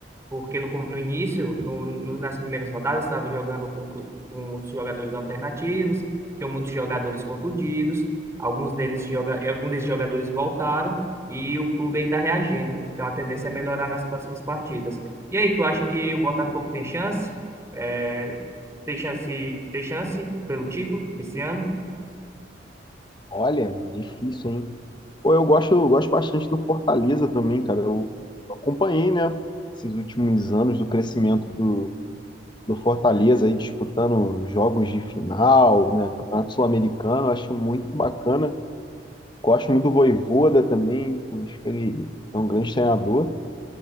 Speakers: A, on the right (about 15°); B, on the left (about 25°).
A: Porque no, com- no início, no, no- nas primeiras rodadas, estava jogando com, clu- com os jogadores alternativos, tinham muitos jogadores contundidos, alguns deles, joga, alguns desses jogadores voltaram e o clube aí está reagindo. Então a tendência é melhorar nas próximas partidas. E aí, tu acha que o Botafogo tem chance? É, tem chance, tem chance pelo título esse ano?
B: Olha, difícil, hein? Pô, eu gosto, eu gosto bastante do Fortaleza também, cara. Eu acompanhei, né? Esses últimos anos do crescimento do, do Fortaleza aí disputando jogos de final, né? Campeonato Sul-Americano, eu acho muito bacana. Gosto muito do Vojvoda também, acho que ele é um grande treinador.